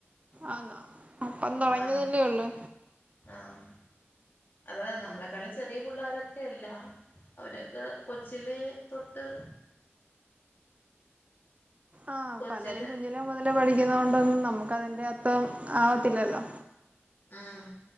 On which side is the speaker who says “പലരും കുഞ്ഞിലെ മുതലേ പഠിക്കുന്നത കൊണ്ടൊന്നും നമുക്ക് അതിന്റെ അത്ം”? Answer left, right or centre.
Right